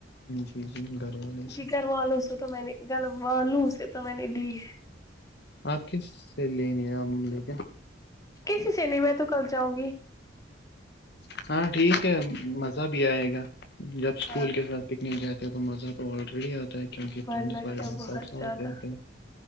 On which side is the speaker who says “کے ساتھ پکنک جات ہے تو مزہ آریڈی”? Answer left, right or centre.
Left